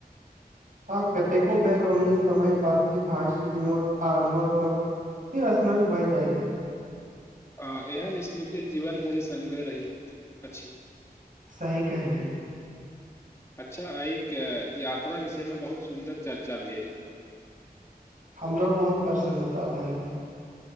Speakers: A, on the right (about 55°); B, on the left (about 15°).
A: आ कतेको बेर ओहि समय बातचीत हास्य विनोोद आ अनुभव सब सेि स्मरण भए जाइत अछि
B: हँ एहन स्मृति जीवन भरि सङ्गे रहैत अछि
A: सही कहहि लियौ
B: अच्छा एक यात्रा विषयमे बहुत सुन्दर चर्चा भेल
A: हमरो बहुत प्रसन्नता भेल